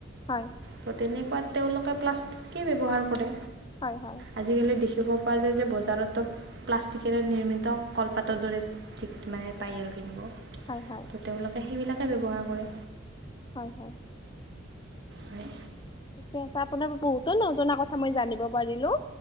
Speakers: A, on the left; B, on the right.
A: হয় হয়
B: ত তেনেকুৱাত তেওঁলোকে প্লাষ্টিকেই ব্যৱহাৰ কৰে।
A: হয় হয়।
B: আজিকালি দেখিব পোৱা যায় যে বজাৰত টপ- প্লাষ্টিকেৰে নিৰ্মিত কলপাতৰ দৰে ঠিক মানে পায় আৰু কিনিব।
A: হয় হয়।
B: তো তেওঁলোকে সেইবিলাকে ব্যৱহাৰ কৰে।
A: হয় হয়।
B: হয়।
A: ঠিকে আছে আপোনাৰ বহুতো নজনা কথা মই জানিব পাৰিলোঁ